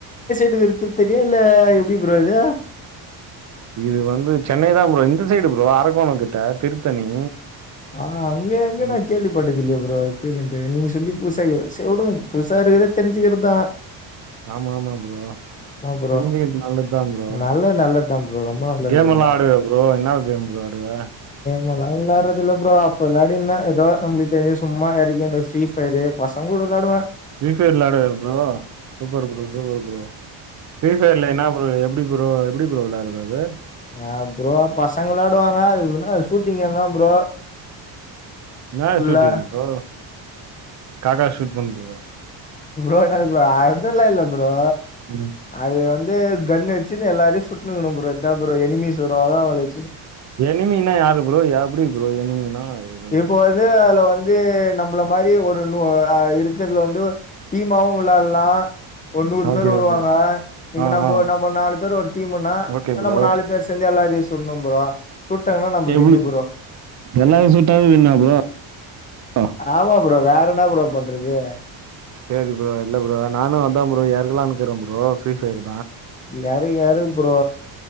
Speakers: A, on the left; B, on the right.
A: டி எடுத்து தெரியல எப்டி ப்ரோ இது
B: இது வந்து சென்னைதா ப்ரோ இந்த சைடு ப்ரோ அரக்கோணங் கிட்ட திருத்தணி
A: ஆ அங்க எங்க
B: ம்.
A: நா கேள்வி பட்டதில்லயே ப் ரோ இக்குதுண்டு நீங்க சொல்லி புத்சா கே செ உடுங்க புத்சா இருக்றத தெரிஞ்சிக்கற்தா
B: ஆமாமா ப்ரோ
A: ப்ரோ.
B: தெஞ்சிக்கற்து நல்லத்தா ப்ரோ‌
A: நல்லது நல்லதுதான் ப்ரோ. ரொம்ப நல்லது
B: கேம்மெல்லா
A: ப்ரோ.
B: ஆடுவியா ப்ரோ என்னா கேம் ப்ரோ ஆடுவ
A: முலா விளாட்ற துல்ல ப்ரோ அப்ப விளாடிர்ந்த ஏதோ நம்மளுக் தெரிஞ்ச சும்மா <unintelligible> இந்த ஃப்ரீஃபயரு பசங் கூட வ்ளாடுவ
B: ஃப்ரீ ஃபயர் வ்ளாடுவியா bro super bro super bro Free ஃபயர்ல என்னா ப்ரோ எப்டி ப்ரோ எப்டி ப்ரோ விளாட்ற து
A: ஆ ப்ரோ பசங்களாடுவாங்க அது என்னா ஷூட்டிங் கேம்தா ப்ரோ
B: என்னா
A: ஃபுல்லா.
B: ஷூட்டிங் ப்ரோ காகா ஷூட் பண்றதா
A: ப்ரோ‌ என்னத் ப்ரோ அதுல்லா இல்ல ப்ரோ
B: ம்.
A: அது வந் து கன்ன வெச்சி எல்லாரையு சுட்ணு இருக்கணும் ப்ரோ இத்தா ப்ரோ எனிமீஸ் வருவாங்க அவுங்கள
B: எனிமீனா யாரு ப்ரோ யாப்டி ப்ரோ எனிமீனா இது
A: இப்போ வந்து அதுல வந்து நம்ப்ள மாரி ஒரு நு அ இருக்கற்துல வந்து டீமாவு விளால்லா ஒர் நூறு
B: ஓகே,
A: பேர் வருவாங்க
B: ஓகே.
A: இப்ப
B: ஆ,
A: நம்போ
B: ஆ.
A: நம்ம நாலு பேர் ஒரு டீமுன்னா
B: ஓகே ப்ரோ.
A: நம்ம நாலு பேர் சேந்து எல்லாரையு சுட்ணும் ப்ரோ சுட்டாங்கன்னா நம்ம
B: எபி
A: வின்னு ப்ரோ
B: எல்லாரையு சுட்டாவே வின்னா ப்ரோ ஒ
A: ஆமா ப்ரோ வேற என்ன ப்ரோ பண்றது
B: சேரி ப்ரோ இல்ல ப்ரோ நானு அத்தா ப்ரோ எறங்லானுக்குற ப்ரோ ஃப்ரீ ஃபயரு
A: யாரு யாரு ப்ரோ